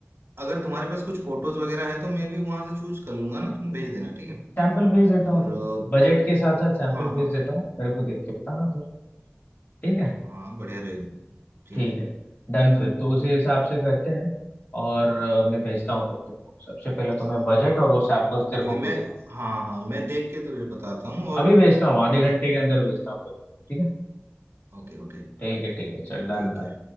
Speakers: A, on the right; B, on the left.
A: अगर तुम्हारे पास कुछ फोटोज वगैरह है तो मैं भी वहां से चूज कर लूंगा ना तुम भेज देना ठीक है
B: सैंपल भेज देता
A: और
B: हूँ फिर
A: अ,
B: बजट के साथ साथ सैंपल
A: हाँ
B: भेज
A: हाँ
B: देता हूँ मेरे को देख के बताना फिर ठीक है
A: हाँ बढ़िया रहेगा ठीक
B: ठीक
A: है
B: है डन फिर तो उसी हिसाब से करते हैं और अ, मैं भेजता हूँ फिर तेरे को सबसे पहले तो मैं बजट और वो सैंपल्स
A: ठीक
B: तेरे
A: है ठीक
B: को
A: है
B: भेज
A: मैं
B: देता हूँ
A: हाँ हाँ मैं देख के तुझे बताता हूँ और
B: अभी भेजता हूँ आधे
A: ठीक है
B: घंटे के अंदर भेजता हूँ तेरे को ठीक है
A: ओके ओके
B: ठीक है ठीक है चल डन
A: ठीक है